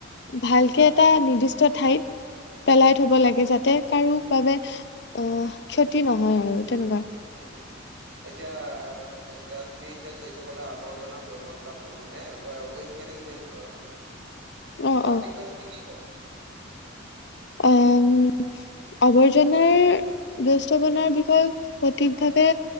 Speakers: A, on the left; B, on the right.
A: ভালকে এটা নিৰ্দিষ্ট ঠাইত পেলাই থব লাগে
B: উম,
A: যাতে কাৰো
B: উম,
A: বাবে অ ক্ষতি নহয় আৰু। তেনেকুৱা
B: উম উ। এতিয়া- এতিয়া তুমি এতিয়া যিহেতু কলা আৱৰ্জনা ব্যবস্থাপনা মানে ৱে মেনেমেন্টত
A: অ
B: তাৰ
A: অ
B: বিষয়ে তুমি কি ক'বা? <inaudible>
A: আহ আৱৰ্জনাৰ ব্যস্তৱনাৰ বিষয়ে সঠিকভাৱে